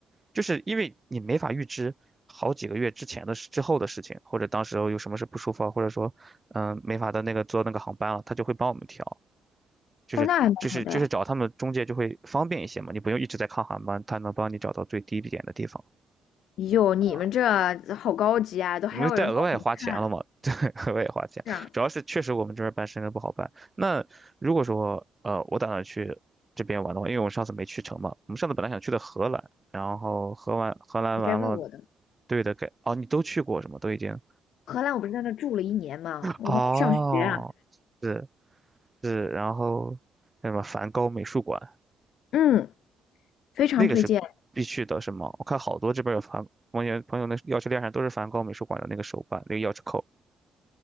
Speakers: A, on the right; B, on the left.
A: 就是因为你没法预知好几个月之前的事、之后的事情，或者当时候有什么事不舒服啊，或者说嗯没法的那个坐那个航班了，他就会帮我们调，就是就是就是找他们中介就会方便一些嘛，
B: 哦，那还蛮好的哎
A: 你不用一直在看航班，他能帮你找到最低一点的地方。
B: 哟，你们这
A: 啊。
B: 好高级啊，都还有人帮你们看。
A: 因为再额外花钱了嘛，<laughs> 对，额外花钱，
B: 是啊，
A: 主要是确实我们这边办深圳不好办。那如果说呃，我打算去这边玩的话，因为我上次没去成嘛，我们上次本来想去的荷兰，然后荷兰荷兰完了，
B: 你该问我的。
A: 对的，给哦，你都去过是吗？都已经
B: 荷兰，我不是在那住了一年嘛，我在那上学啊。
A: 哦，是是，然后那什么梵高美术馆
B: 嗯，非常推荐。
A: 那个是必必去的，是吗？我看好多这边有梵，朋友朋友那钥匙链上都是梵高美术馆的那个手办，那个钥匙扣。